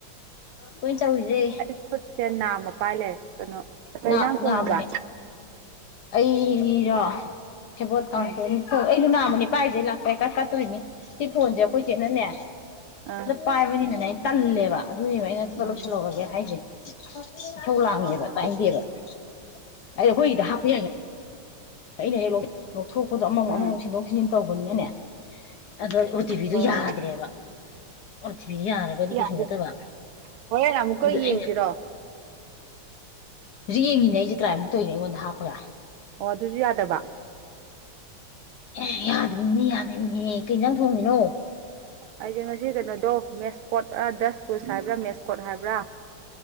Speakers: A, on the left; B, on the right.
A: ꯀꯣꯏ ꯆꯇꯂꯨꯁꯦ꯫
B: ꯑꯩ ꯈꯨꯠꯁꯦ ꯅꯥꯝꯃ ꯄꯥꯏ ꯂꯩꯔꯦ ꯀꯩꯅꯣ ꯀꯩ
A: ꯉꯥ
B: ꯏꯪꯖꯥꯡ ꯊꯣꯡꯉꯤꯕ꯫
A: ꯉꯥꯃꯅꯦ ꯑꯩꯔꯣ ꯁꯦꯕꯣꯠ ꯀꯪꯁꯣꯏ
B: ꯎꯝ
A: ꯑꯃ ꯊꯣꯡ ꯑꯩꯩꯅ ꯅꯥꯃꯅꯦ ꯄꯥꯏꯁꯦ ꯀꯠ ꯀꯠꯇꯣꯏꯅꯤ ꯁꯤ ꯐꯣꯟꯁꯦ ꯑꯩꯈꯣꯏ ꯆꯦꯅꯅꯦ
B: ꯑꯥ
A: ꯄꯥꯏꯕꯅꯤꯅꯅꯦ ꯑꯩ ꯇꯜꯂꯦꯕ ꯑꯗꯨꯏꯅꯦꯕ ꯑꯩꯅ
B: ꯎꯝ
A: ꯂꯣꯏꯁꯤꯜꯂꯧꯔꯒꯦ ꯍꯥꯏꯁꯦ ꯏꯁꯧ ꯂꯥꯡꯉꯤꯕ
B: ꯍꯣꯏ ꯍꯣꯏ ꯍꯣꯏ
A: ꯇꯥꯏꯟꯇꯦꯕ ꯑꯩꯗ ꯑꯩꯈꯣꯏꯒꯤꯗ ꯍꯥꯞꯄ ꯌꯥꯏ ꯑꯩꯅ ꯍꯦꯛ ꯂꯧꯊꯣꯛꯄꯗꯣ ꯑꯃꯃ
B: ꯎꯝ
A: ꯑꯃꯃꯛ ꯁꯤꯟꯗꯣꯛ ꯁꯤꯟꯖꯤꯟ ꯇꯧꯕꯅꯤꯅꯅꯦ꯫ ꯑꯗꯣ ꯑꯣ ꯇꯤ ꯄꯤꯗꯣ
B: ꯍꯣꯏ
A: ꯌꯥꯗ꯭ꯔꯦꯕ
B: ꯍꯣꯏ
A: ꯑꯣ ꯇꯤ ꯄꯤꯗ ꯌꯥꯔꯒꯗꯤ ꯀꯩꯁꯨ
B: ꯌꯥꯗꯦ
A: ꯅꯠꯇꯕ
B: ꯍꯣꯔꯦꯟ ꯑꯃꯨꯛꯀ
A: ꯑꯗꯨ
B: ꯌꯦꯡꯖꯤꯔꯣ
A: ꯑꯩꯅ ꯍꯧꯖꯤꯛ ꯌꯦꯡꯉꯤꯅꯦ ꯑꯩꯁꯦ ꯇ꯭ꯔꯥꯏꯃꯨꯛ ꯇꯧꯔꯤꯅꯦ ꯑꯩꯉꯣꯟꯗ ꯍꯥꯞꯄꯒ
B: ꯑꯣ ꯑꯗꯨꯖꯨ ꯌꯥꯗꯕ
A: ꯑꯦ ꯌꯥꯗ꯭ꯔꯤ ꯃꯤꯅꯦ ꯌꯥꯗ꯭ꯔꯤ ꯃꯤꯅꯦꯍ ꯀꯩ ꯌꯦꯟꯖꯥꯡ ꯊꯣꯡꯉꯤꯅꯣ
B: ꯑꯩꯖꯦ ꯉꯁꯤ ꯀꯩꯅꯣꯗꯣ ꯃꯦꯁꯀꯣꯠ ꯑ ꯗꯁꯀꯨꯁ ꯍꯥꯏꯕ꯭ꯔꯥ ꯃꯦꯁꯀꯣꯠ ꯍꯥꯏꯕ꯭ꯔꯥ